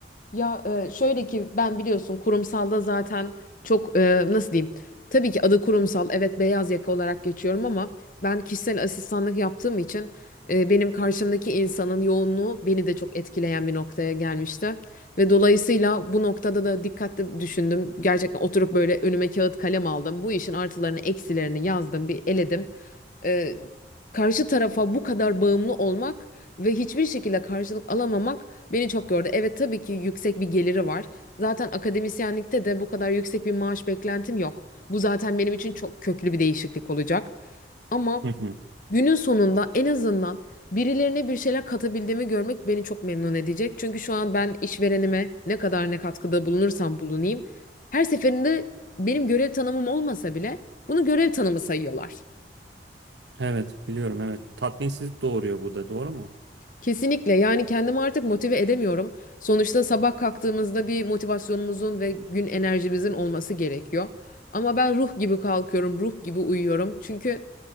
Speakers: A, on the left; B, on the right.
A: Ya e, şöyle ki ben biliyorsun kurumsalda zaten çok e, nasıl diyeyim? Tabii ki adı kurumsal evet beyaz yaka olarak geçiyorum ama ben kişisel asistanlık yaptığım için e, benim karşımdaki insanın yoğunluğu beni de çok etkileyen bir noktaya gelmişti. Ve dolayısıyla bu noktada da dikkatli düşündüm. Gerçekten oturup böyle önüme kağıt kalem aldım. Bu işin artılarını eksilerini yazdım bir eledim. E, karşı tarafa bu kadar bağımlı olmak ve hiçbir şekilde karşılık alamamak Beni çok gördü. Evet tabii ki yüksek bir geliri var. Zaten akademisyenlikte de bu kadar yüksek bir maaş beklentim yok. Bu zaten benim için çok köklü bir değişiklik olacak. Ama
B: Hı hı.
A: günün sonunda en azından birilerine bir şeyler katabildiğimi görmek beni çok memnun edecek. Çünkü şu an ben işverenime ne kadar ne katkıda bulunursam bulunayım. Her seferinde benim görev tanımım olmasa bile bunu görev tanımı sayıyorlar.
B: Evet biliyorum evet. Tatminsizlik doğuruyor bu da doğru mu?
A: Kesinlikle yani kendimi artık motive edemiyorum. Sonuçta sabah kalktığımızda bir motivasyonumuzun ve gün enerjimizin olması gerekiyor. Ama ben ruh gibi kalkıyorum, ruh gibi uyuyorum. Çünkü